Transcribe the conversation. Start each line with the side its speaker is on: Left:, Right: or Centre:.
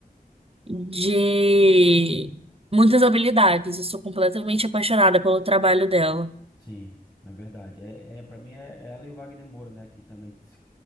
Right: de muitas habilidades. Eu sou completamente apaixonada pelo trabalho dela.
Left: Sim, é verdade. É, é para mim é é ela e o Wagner Moura, né, que também se-